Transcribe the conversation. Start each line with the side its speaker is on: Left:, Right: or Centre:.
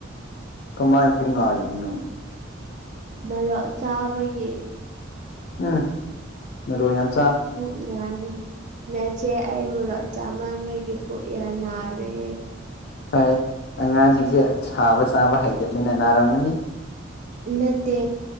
Left: ꯀꯃꯥꯏꯅ ꯄꯨꯨꯡꯅꯒꯅꯣ
Right: ꯃꯔꯛ ꯆꯥꯕꯒꯤ
Left: ꯑ ꯣ ꯌꯥꯝ
Right: ꯎ ꯌꯥꯔꯦ ꯅꯆꯦ ꯑꯩ ꯃꯣꯔꯣꯛ ꯆꯃꯝꯕꯒꯤ ꯄꯨꯛꯌꯥ ꯅꯥꯔꯦ
Left: ꯍꯣꯏ ꯑꯉꯥꯡꯁꯤꯡꯁꯦ ꯁꯥꯕ ꯆꯥꯕ ꯍꯥꯏꯇꯅꯤꯅ ꯅꯥꯔꯝꯃꯅꯤ
Right: ꯅꯠꯇꯦ